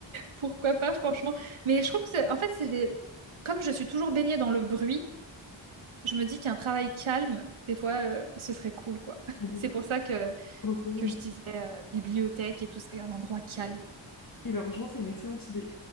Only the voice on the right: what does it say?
Pourquoi pas, franchement. Mais je trouve que, c'est- en fait, c'est des- comme je suis toujours baignée dans le bruit, je me dis qu'un travail calme, des fois, euh, ce serait cool, quoi. <laughs>
C'est
pour ça que,
que je disais euh, bibliothèque et tout ça, un endroit calme.